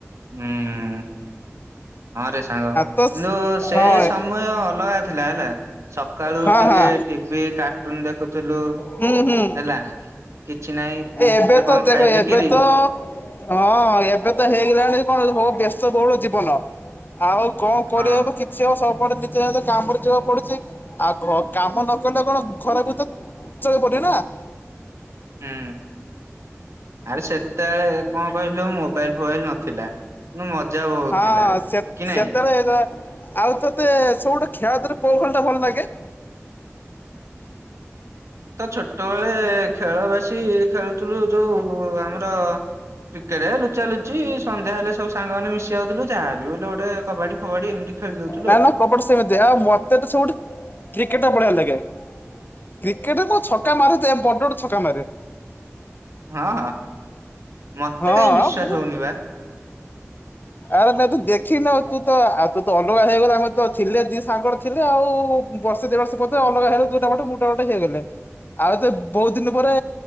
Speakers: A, on the right; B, on the left.
A: ହୁଁ ହୁଁ। ହଁ ରେ ସାଙ୍ଗ କିନ୍ତୁ
B: ତ ସ-
A: ସେ
B: ହଁ
A: ସମୟ ଅଲଗା ଥିଲା ହେଲା। ସକାଳୁ
B: ହଁ
A: ଉଠିକି
B: ହଁ
A: ଟିଭି କାର୍ଟୁନ ଦେଖୁଥିଲୁ,
B: ହୁଁ ହୁଁ
A: ହେଲା। କିଛି ନାହିଁ।
B: ଏବେ
A: ଟିକେ
B: ତ
A: କଣ
B: ଦେଖ
A: ଖାଇ ପିଇକିରି
B: ଏବେ ତ ହଁ ଏବେ ତ ହେଇଗଲାଣି କଣ ସ ବ୍ୟସ୍ତ ବହୁଳ ଜୀବନ। ଆଉ କଣ
A: ହଁ
B: କରି <unintelligible> ସ ଆ ସବୁପଟେ ନିଜେ ନିଜ କାମରେ ଯିବାକୁ ପଡୁଛି ଆଉ କାମ ନ କଲେ କଣ ଘ <unintelligible> <unintelligible>
A: ହୁଁ। ଆରେ ସେତେବେଳେ କଣ କହିଲୁ ମୋବାଇଲ ଫୋବାଇଲ ନଥିଲା। <unintelligible>
B: ହଁ
A: କି ନାଇଁ
B: ସେତରେ ଆଉ ତତେ ସବୁ ଗୋଟେ ଖେଳଦରେ କୋଉ ଖେଳ ଟା ଭଲ ଲାଗେ?
A: ତ ଛୋଟବେଳେ ଖେଳ ବେଶୀ ଖେଳୁଥିଲୁ ଯୋଉ ଆମର କ୍ରିକେଟ ଲୁଚା ଲୁଚି ସନ୍ଧ୍ୟା ହେଲେ ସବୁ ସାଙ୍ଗ ମାନ ମିଶି ଯାଉଥିଲୁ ଯାହାବି ହେଲେ ଗୋଟେ କବାଡି ଫବାଡି ଏମିତି ଖେଳି ଦଉଥିଲୁ
B: ନା
A: ଆଉ
B: ନା କପଟ ଦେହ ଆଉ ମତେ ତ ସବୁଠି କ୍ରିକେଟ ଟା ବଢ଼ିଆ ଲାଗେ। କ୍ରିକେଟ ରେ କ ଛକା ମାର ବଡ ବଡେ ଛକା ମାରେ।
A: ହଁ ହଁ ମତେ
B: ହଁ
A: କାହିଁ ବିଶ୍ଵାସ
B: ମୁଁ
A: ହଉନି ବା।
B: ଆରେ ନାଇଁ ତୁ ଦେଖିନ ତୁ ତ ଆଉ ତୁ ତ ଅଲଗା ହେଇଗଲା ଆ ତ ଥିଲେ ଦି ସାଙ୍ଗ ଥିଲେ ଆଉ ବର୍ଷେ ଦି ବର୍ଷେ ଅଲଗା ହେଲେ ଦୁଇଟା ବାଟେ <unintelligible> ବାଟେ ହେଇଗଲେ।
A: ହ
B: ଆଉ ଏତେ ବହୁତ ଦିନ ପରେ